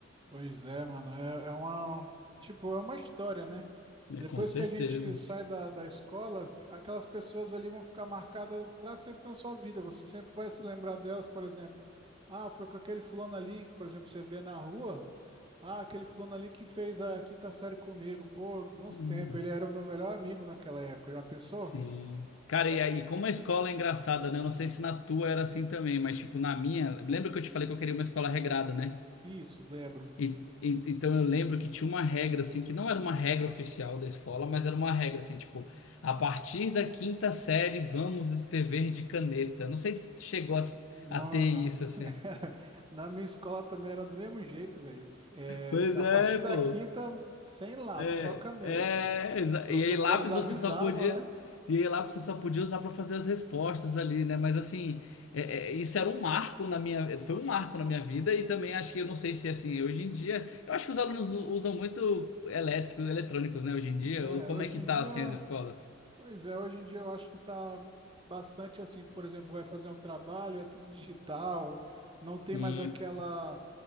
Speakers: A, on the right; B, on the left.
A: Pois é, mano, é, é uma tipo, é uma história, né?
B: né?
A: Depois
B: Com certeza.
A: que a gente sai da, da escola, fi- aquelas pessoas ali vão ficar marcadas para sempre na sua vida. Você sempre vai se lembrar delas, por exemplo. Ah, foi com aquele fulano ali, por exemplo, você vê na rua. Ah, aquele fulano ali que fez a quinta série comigo. Pô, bons
B: Hum.
A: tempos. Ele era o meu melhor amigo naquela época. Já pensou?
B: Sim. Cara,
A: Já-
B: e aí, como a escola é engraçada, né? Eu não sei se na tua era assim também, mas tipo, na minha, lembra que eu te falei que eu queria uma escola regrada, né?
A: Isso, lembro.
B: E, e- então eu lembro que tinha uma regra, assim, que não era uma regra oficial da escola, mas era uma regra, assim, tipo, a partir da quinta série vamos escrever de caneta. Não sei se chegou a,
A: Mano,
B: a ter isso, assim.
A: <laughs> na minha escola também era do mesmo jeito, velho. É,
B: Pois
A: a
B: é,
A: partir da
B: pô.
A: quinta, sem lápis,
B: É,
A: só caneta.
B: é, exa-
A: Os professores
B: e aí lápis
A: avisavam,
B: você só podia,
A: né?
B: e aí lápis você só podia usar para fazer as respostas ali, né? Mas assim, é- é, isso era um marco na minha, foi um marco na minha vida e também acho que eu não sei se é assim, hoje em dia, eu acho que os alunos u- usam muito elétricos, eletrônicos, né, hoje em dia,
A: É,
B: ou como
A: hoje
B: é que
A: em
B: tá
A: dia,
B: assim as escolas?
A: pois é, hoje em dia eu acho que tá bastante assim. Por exemplo, vai fazer um trabalho, é tudo digital, não tem
B: Sim.
A: mais aquela.